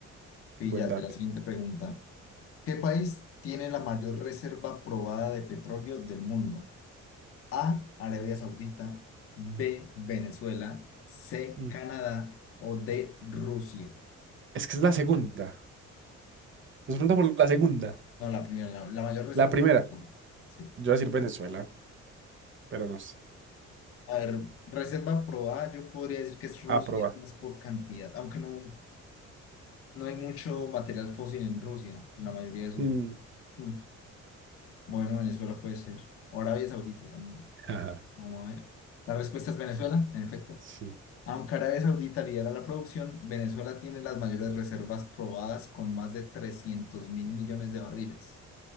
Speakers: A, on the left (about 50°); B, on the right (about 40°).
A: Píllate
B: Buen dato.
A: la siguiente pregunta. ¿Qué país tiene la mayor reserva probada de petróleo del mundo? A, Arabia Saudita, B, Venezuela, C,
B: Mm.
A: Canadá o D, Rusia.
B: Es que es la segunda. Nos preguntan por la segunda.
A: No, la primera, la, la mayor reserva
B: La primera.
A: probada. Sí.
B: Yo voy a decir Venezuela, pero no sé.
A: A ver, reserva probada, yo podría decir que es Rusia
B: Aproba.
A: más por cantidad, aunque no, no hay mucho material fósil en Rusia, en la mayoría de su...
B: Mm,
A: Mm. Bueno, Venezuela puede ser. O Arabia Saudita también. No,
B: Ajá,
A: Vamos a ver. La respuesta es Venezuela, en efecto.
B: sí.
A: Aunque Arabia Saudita lidera la producción, Venezuela tiene las mayores reservas probadas con más de trescientos mil millones de barriles.